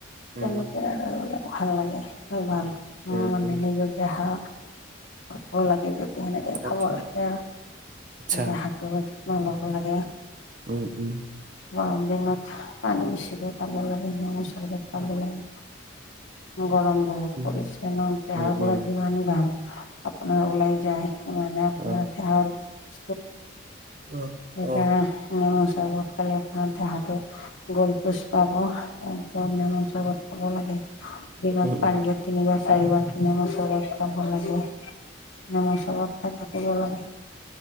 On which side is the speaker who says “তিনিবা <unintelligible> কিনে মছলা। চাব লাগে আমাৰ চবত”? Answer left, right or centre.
Left